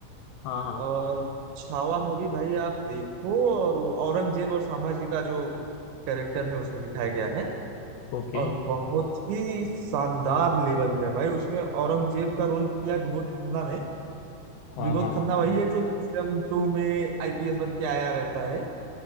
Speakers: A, on the left (about 85°); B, on the right (about 70°).
A: हाँ हाँ
B: और छावा मूवी भाई आप देखो और वो औरंगजेब और संभाजी का जो कैरेक्टर है उसमें दिखाया गया है
A: ओके
B: और बहुत ही शानदार लेवल पे है भाई उसमें औरंगजेब का रोल किया विनोद खन्ना ने
A: हाँ
B: विनोद
A: हाँ हाँ
B: खन्ना वही है जो दृश्यम टू में आईपीएस बन के आया रहता है